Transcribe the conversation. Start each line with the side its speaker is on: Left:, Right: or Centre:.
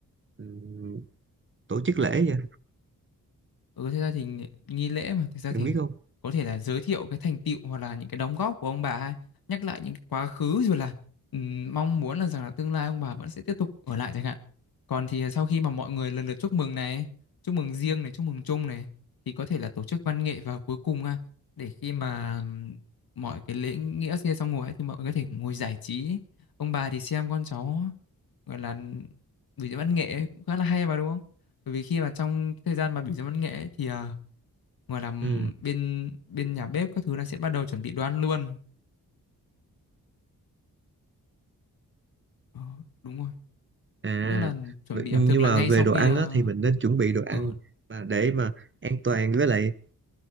Right: ừm, tổ chức lễ vậy
Left: Ừ, thực ra thì nghi nghi lễ mà thực ra
Right: em
Left: thì
Right: biết không
Left: có thể là giới thiệu cái thành tựu hoặc là những cái đóng góp của ông bà hay nhắc lại những cái quá khứ rồi là ừm, mong muốn là rằng là tương lai ông bà vẫn sẽ tiếp tục ở lại chẳng hạn còn thì sau khi mà mọi người lần lượt chúc mừng này chúc mừng riêng này chúc mừng chung này thì có thể là tổ chức văn nghệ vào cuối cùng ha để khi mà ừm, mọi cái lễ nghĩa kia xong rồi ấy, thì mọi người có thể ngồi giải trí ông bà thì xem con cháu gọi là biểu diễn văn nghệ ấy, cũng khá là hay mà đúng không bởi vì khi mà trong cái thời gian mà biểu diễn văn nghệ ấy, thì, ờ, gọi là,
Right: ừ
Left: bên bên nhà bếp các thứ là sẽ bắt đầu chuẩn bị đồ ăn luôn. Ờ, đúng rồi,
Right: à
Left: tức là chuẩn
Right: vậy-
Left: bị
Right: nhưng
Left: ẩm thực là
Right: mà
Left: ngay
Right: về
Left: sau
Right: đồ
Left: khi,
Right: ăn
Left: à,
Right: á thì mình nên chuẩn bị đồ ăn
Left: ờ
Right: và để mà an toàn với lại